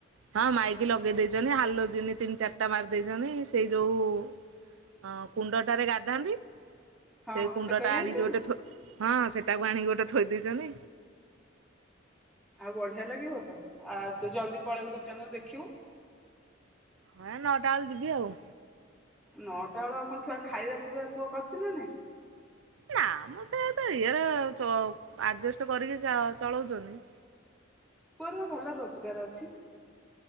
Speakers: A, on the right; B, in the centre.
A: ହଁ ମାଇକି ଲଗେଇ ଦେଇଛନ୍ତି ହାଲୋଜିନି ତିନି ଚାରିଟା ମାରି ଦେଇଛନ୍ତି ସେଇ ଯୋଉ ହଁ କୁଣ୍ଡଟାରେ ଗାଧାନ୍ତି
B: ହଁ
A: ସେଇ କୁଣ୍ଡ
B: ସେଟା
A: ଟା
B: ବି ଆଣିଛନ୍ତି
A: ଆଣିକି ଗୋଟେ ଥୋ ହଁ ସେଟାକୁ ଆଣିକି ଗୋଟେ ଥୋଇ ଦେଇଛନ୍ତି।
B: ଆଉ ବଢ଼ିଆ ଲାଗିବ ତ ଆ ତୁ ଜଲଦୀ ପଳେଇବୁ ଦୋକାନରୁ ଦେଖିବୁ।
A: ହଁ ଏ ନଅଟା ବେଳେ ଯିବି ଆଉ।
B: ନଅଟା ବେଳ ଆଉ କଣ ଛୁଆ ଖାଇବା ପିଇବା ପୁଅ କରୁଛି ନା ନାଇଁ।
A: ନା ଆମ ସେ ତ ଇଏରେ ଚ ଆଡଜଷ୍ଟ କରିକି ଚଳଉଛନ୍ତି।
B: ପୁଅର ବା ଭଲ ରୋଜଗାର ଅଛି।